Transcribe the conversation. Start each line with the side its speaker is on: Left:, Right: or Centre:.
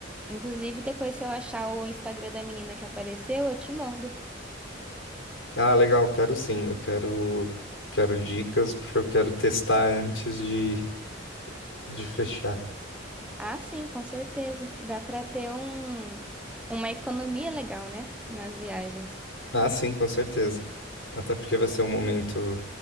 Centre: Inclusive, depois se eu achar o Instagram da menina que apareceu, eu te mando.
Left: Ah, legal, quero sim. Eu quero, quero dicas, porque eu quero testar antes de, de fechar.
Centre: Ah, sim, com certeza. Dá pra ter um, uma economia legal, né, nas viagens.
Left: Ah, sim, com certeza. Até porque vai ser um momento